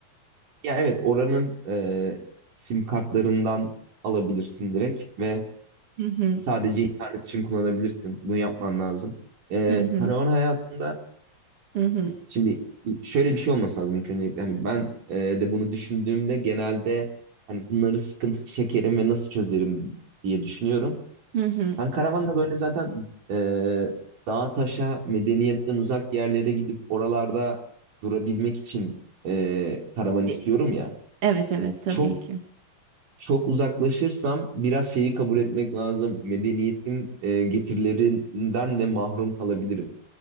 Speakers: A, on the right; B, on the right.
A: Ya evet oranın e, sim kartlarından alabilirsin direkt ve
B: Hı hı,
A: sadece internet için kullanabilirsin. Bunu yapman lazım. E,
B: hı hı,
A: karavan hayatında
B: hı hı,
A: şimdi şöyle bir şey olması lazım ilk öncelikle. Hani ben e, de bunu düşündüğümde genelde hani bunları sıkıntı çekerim ve nasıl çözerim diye düşünüyorum.
B: hı hı.
A: Ben karavanla böyle zaten e, dağa taşa medeniyetten uzak yerlere gidip oralarda durabilmek için e, karavan istiyorum
B: E,
A: ya.
B: Evet evet tabii
A: Çok
B: ki.
A: çok uzaklaşırsam biraz şeyi kabul etmek lazım. Medeniyetin e, getirilerinden de mahrum kalabilirim.